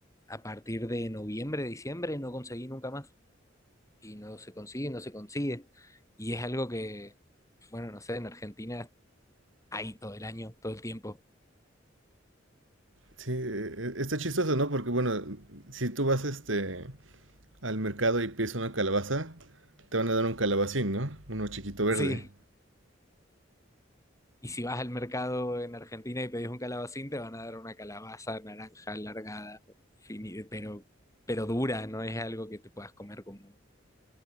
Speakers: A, on the left; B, on the right.
A: a partir de noviembre, diciembre, no conseguí nunca más. Y no se consigue, no se consigue. Y es algo que, bueno, no sé, en Argentina hay todo el año, todo el tiempo.
B: Sí, eh, eh, está chistoso, ¿no? Porque bueno, si tú vas este al mercado y pides una calabaza, te van a dar un calabacín, ¿no? Uno chiquito verde.
A: Sí. Y si vas al mercado en Argentina y pedís un calabacín, te van a dar una calabaza naranja alargada, fini- pero, pero dura, no es algo que te puedas comer como